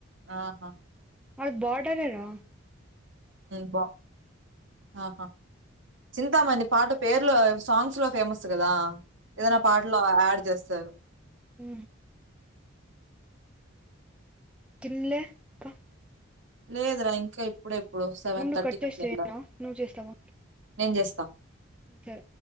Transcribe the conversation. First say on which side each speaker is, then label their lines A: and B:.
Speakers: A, on the right; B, in the centre.
A: ఆహా
B: వాళ్ళ బార్డర్నా
A: బా ఆహా చింతామణ పాట పేర్లో సాంగ్స్ ఫేమస్ కదా ఏదైనా పాటలో యాడ్ చేస్ తారు
B: ఉ తిన్లే ఇంకా
A: లేదురా ఇంకా ఇప్ ఇప్పుడ ఎప్పుడు సెవెన్
B: ఉండు
A: థర్టీకి
B: కట్ చేసి
A: అట్లా
B: చేయనా
A: వెళ్ళాలి
B: నువ్వు చేస్తావా
A: నేను చేస్తా
B: సరే